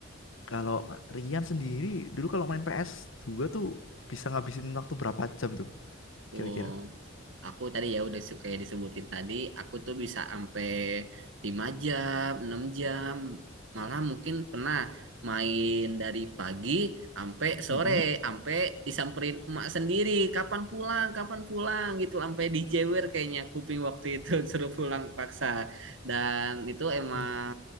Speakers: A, on the left (about 80°); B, on the right (about 70°).
A: kalau Rian sendiri dulu kalau main ps dua tuh bisa ngabisin waktu berapa jam tuh
B: Oh,
A: kira-kira?
B: aku tadi ya udah su- kayak disebutin tadi, aku tuh bisa sampai 5 jam, 6 jam, malah mungkin pernah main dari pagi sampai sore,
A: Mhm.
B: sampai disamperin emak sendiri, kapan pulang, kapan pulang gitu, sampai dijewer kayaknya kuping waktu itu <laughs> suruh pulang paksa. Dan itu emang
A: Iya.